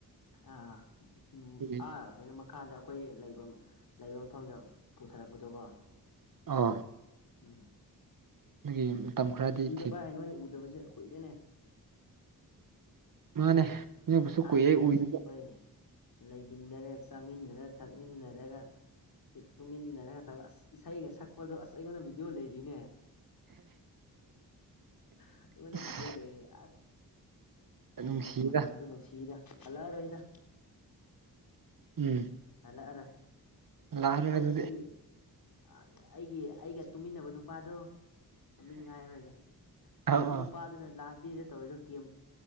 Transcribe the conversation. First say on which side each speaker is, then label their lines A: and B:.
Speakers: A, on the left; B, on the right.
A: ꯑꯥ ꯎꯝ
B: ꯑꯗꯨꯒꯤ
A: ꯑꯥ ꯑꯩꯅ ꯃꯈꯥꯗ ꯑꯩꯈꯣꯏ ꯂꯩꯕꯝ ꯂꯩꯕ ꯃꯐꯝꯗ ꯄꯨꯊꯔꯛꯄꯗꯣꯀꯣ
B: ꯑꯥ
A: ꯎꯝ
B: ꯑꯗꯨꯒꯤ
A: ꯑꯁ
B: ꯃꯇꯝ ꯈꯔꯗꯤ
A: ꯅꯨꯡꯁꯤꯗ
B: ꯊꯤ
A: ꯕꯥꯏ ꯅꯣꯏ ꯎꯗꯕꯁꯦ ꯀꯨꯏꯔꯦꯅꯦ
B: ꯃꯥꯅꯦ ꯅꯣꯏꯕꯨꯁꯨ
A: ꯊꯥꯏꯅꯗꯤ
B: ꯀꯨꯏꯔꯦ ꯎꯏꯗꯕ
A: ꯑꯁ ꯑꯩꯈꯣꯏ ꯂꯩꯃꯤꯟꯅꯔꯥ ꯆꯥꯃꯤꯟꯅꯔꯥ ꯊꯛꯃꯤꯟꯅꯔꯒ ꯇꯨꯃꯤꯟꯅꯔꯒ ꯇꯧ ꯑꯁ ꯏꯁꯩꯒ ꯁꯛꯄꯗꯣ ꯑꯁ ꯑꯩꯉꯣꯟꯗ ꯚꯤꯗꯤꯌꯣ ꯂꯩꯔꯤꯅꯦ ꯑꯩꯉꯣꯟꯗ
B: ꯑꯁ
A: ꯚꯤꯗꯤꯌꯣ ꯂꯩꯌꯦ ꯑꯁ ꯍꯣꯏꯅ
B: ꯅꯨꯡꯁꯤꯗ
A: ꯑꯁ ꯃꯇꯝꯗꯣ ꯅꯨꯡꯁꯤꯗ ꯍꯜꯂꯛꯑꯔꯣꯏꯗ
B: ꯎꯝ
A: ꯍꯜꯂꯛꯑꯔꯣꯏ ꯑꯩꯈꯣꯏ
B: ꯂꯥꯛꯑꯔꯣꯏ ꯑꯗꯨꯗꯤ
A: ꯑꯁꯤ ꯑ ꯑꯩꯒꯤ ꯑꯩꯒ ꯇꯨꯃꯤꯟꯅꯕ ꯅꯨꯄꯥꯗꯣ ꯃꯃꯤꯡ ꯍꯥꯏꯔꯔꯣꯏꯒꯦ
B: ꯑꯥ
A: ꯑꯗꯨ
B: ꯑꯥ
A: ꯅꯨꯄꯥ ꯑꯗꯨꯅ ꯂꯥꯁ ꯗꯦꯗ ꯇꯧꯔꯤꯗꯣ ꯀꯦꯝ